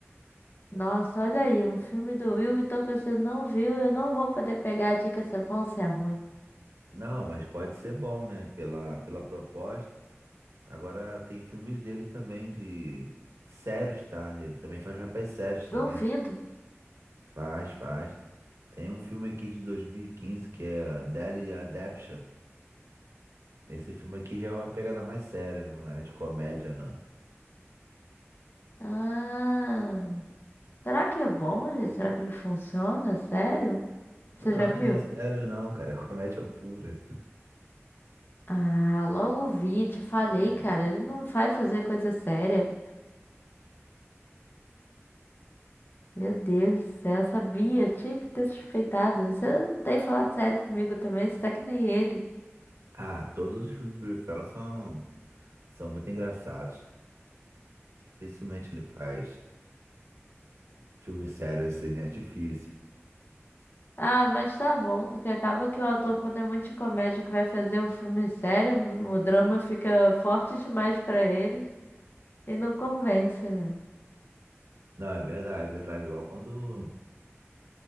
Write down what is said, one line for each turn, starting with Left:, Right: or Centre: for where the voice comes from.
Left: Nossa, olha aí, um filme do Will, então que você não viu, eu não vou poder pegar a dica se é bom ou se é ruim.
Right: Não, mas pode ser bom, né, pela, pela proposta. Agora tem filmes dele também de sérios, tá? Ele também faz papéis sérios
Left: Duvido.
Right: também. Faz, faz. Tem um filme aqui de 2015 que é Deadly Adaption. Esse filme aqui já é uma pegada mais séria, não é de comédia, não.
Left: Ah, será que é bom, gente? Será que ele funciona? Sério? Você
Right: Claro
Left: já viu?
Right: que não é sério, não, cara. É <laughs> comédia pura.
Left: Ah, logo vi, te falei,
Right: Pô,
Left: cara, ele não vai fazer coisa séria. Meu Deus do céu, eu sabia, tinha que ter suspeitado. Você não tem falado sério comigo também, você tá que nem ele.
Right: Ah, todos os filmes do Will Ferrell são, são muito engraçados. Dificilmente ele faz filme sério assim, é difícil.
Left: Ah, mas tá bom, porque acaba que o ator, quando é muito de comédia que vai fazer um filme sério, o drama fica forte demais pra ele e não convence, né?
Right: Não, é verdade, é verdade. Igual quando.